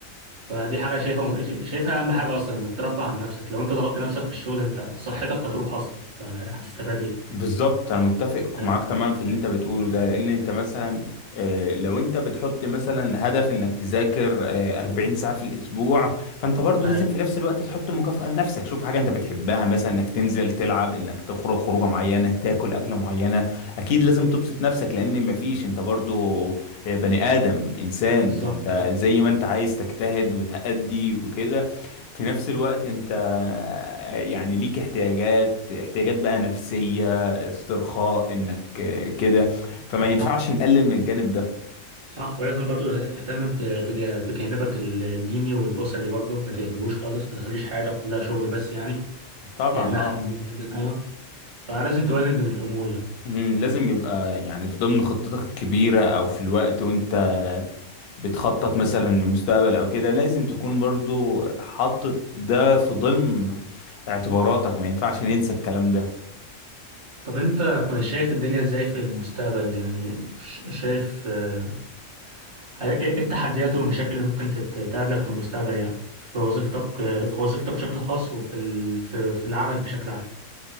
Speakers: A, on the right (about 25°); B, on the left (about 60°).
A: فدي حاجة شايفها شايفها أهم حاجة أصلا إنك ترفه عن نفسك لو أنت ضغطت نفسك في الشغل أنت صحتك هتروح أصلا فهتستفاد إيه؟
B: بالظبط انا متفق
A: فاهم؟
B: معاك تماما في اللي انت بتقوله ده لان انت مثلا آه، لو انت بتحط مثلا هدف انك تذاكر آه، 40 ساعة في الاسبوع فانت برضو
A: أيوة،
B: لازم في نفس الوقت تحط مكافأة لنفسك شوف حاجة انت بتحبها مثلا انك تنزل تلعب انك تخرج خروجة معينة تاكل اكلة معينة اكيد لازم تبسط نفسك لان مفيش انت برضو آه، بني ادم انسان
A: بالظبط
B: فانت
A: أيوة.
B: زي ما انت عايز تجتهد وتأدي وكده في نفس الوقت انت آه، يعني ليك احتياجات احتياجات بقى نفسية استرخاء انك آه، كده فما ينفعش
A: صح
B: نقلل من الجانب ده
A: صح ولازم برضو تهتم ب- بج- بجانبك الديني والأسري برضو ما تهملوش خالص ما تخليش حياتك كلها شغل بس يعني
B: طبعا
A: لأنها
B: اه
A: حاجة مهمة جدا أيوة فلازم توازن بين الأمور يعني
B: مم، لازم يبقى يعني في ضمن خطتك الكبيرة او في الوقت وانت بتخطط مثلا للمستقبل او كده لازم تكون برضو حاطط ده في ضمن اعتباراتك ما ينفعش ننسى الكلام ده
A: طب أنت شايف الدنيا إزاي في المستقبل يعني ش- شايف آه، ايه إيه التحديات والمشاكل اللي ممكن تت- تقابلك في المستقبل يعني في وظيفتك في وظيفتك بشكل خاص وفي ال... في... في العمل بشكل عام